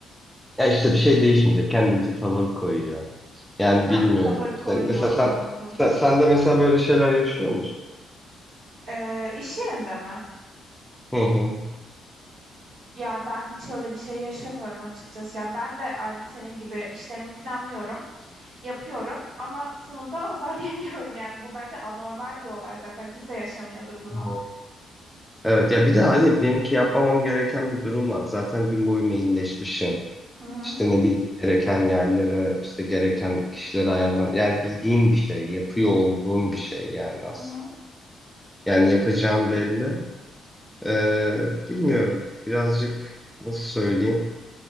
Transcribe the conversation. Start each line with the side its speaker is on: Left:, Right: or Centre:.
Centre: Ya işte bir şey değişmeyecek. Kendince tavır koyuyor. Yani
Right: Ha,
Centre: bilmiyorum.
Right: tavır koyuyor
Centre: Sen, mesela sen,
Right: anladım.
Centre: sen, sen de mesela böyle şeyler yaşıyor musun?
Right: Ee, iş yerinde mi?
Centre: Hı hı.
Right: Ya ben hiç öyle bir şey yaşamıyorum açıkçası. Yani ben de aynı senin gibi işlerimi planlıyorum. Yapıyorum ama sonunda azar <laughs> yemiyorum yani bu bence anormal bir olay zaten kimse yaşamıyordur bunu.
Centre: Hı. Evet ya bir de hadi diyelim ki yapmamam gereken bir durum var. Zaten gün boyu mailleşmişim.
Right: Hı hı
Centre: İşte ne bileyim gereken yerlere, işte gereken kişilere ayarlan. Yani bildiğin bir şey, yapıyor olduğun bir şey yani aslında.
Right: hı
Centre: Yani yapacağım belli. Ee, bilmiyorum. Birazcık nasıl söyleyeyim?